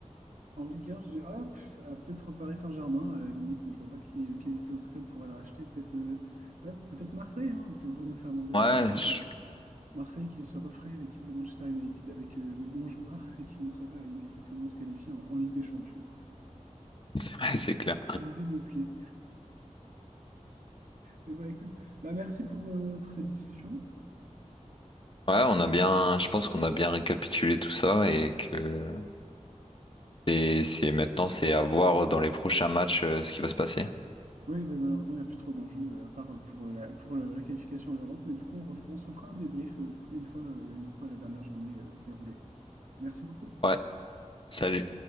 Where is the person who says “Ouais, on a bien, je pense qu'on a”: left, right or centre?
Left